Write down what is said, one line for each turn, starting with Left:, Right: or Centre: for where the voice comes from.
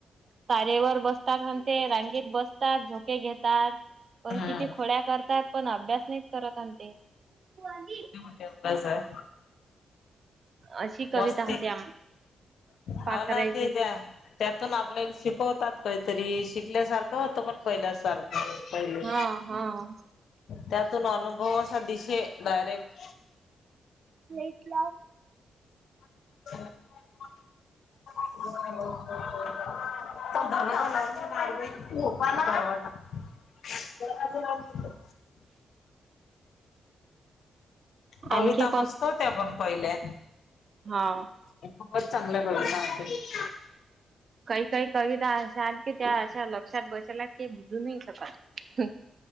Right: तारेवर बसतांनते रांगीत बसतात झोके घेतात. पण
Left: हम्म
Right: किती खोड्या करतात. पण अभ्यास नाही करत आण ते. <unintelligible>
Left: <unintelligible> सर
Right: अशी कविता
Left: मस्ती,
Right: होती आम
Left: हो
Right: पाखरायची
Left: न ते त्या त्यातून आपल्याले शिकवतात काहीतरी शिकल्यासारखं होतं पण पहिल्या सारखं पहिले,
Right: हा हा.
Left: त्यात त अनुभव असा दिशे डायरेक्ट
Right: लाईट लाव?
Left: <unintelligible> <unintelligible> <unintelligible> कविता
Right: आणखी
Left: मस्त होत्या पण पहिले.
Right: हाव.
Left: खूपच चांगल्या कविता होत्या.
Right: काही काही कविता अशा की त्या, अशा लक्षात बसेल आहेत कि, बुजू नाही शकत.